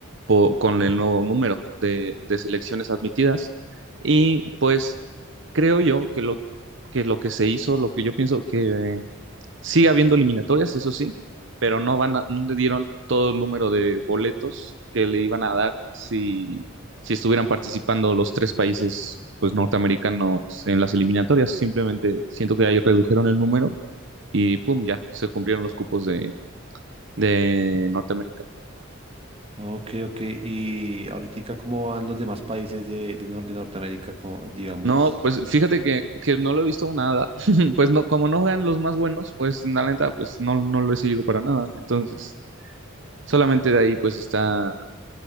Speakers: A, on the right (about 60°); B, on the right (about 30°).
A: po- con el nuevo número de, de selecciones admitidas. Y pues creo yo que lo, que lo que se hizo, lo que yo pienso que sigue habiendo eliminatorias, eso sí, pero no van a- no le dieron todo el número de boletos que le iban a dar si si estuvieran participando los tres países pues norteamericanos en las eliminatorias. Simplemente siento que ahí redujeron el número y pum, ya se cumplieron los cupos de, de Norteamérica.
B: Ok, ok. ¿Y ahorita cómo van los demás países de, de, Nor- de Norteamérica? Como, digamos.
A: No, pues fíjate que, que no lo he visto nada. <laughs> Pues no, como no juegan los más buenos, pues la neta, pues no, no lo he seguido para nada. Entonces, solamente de ahí pues está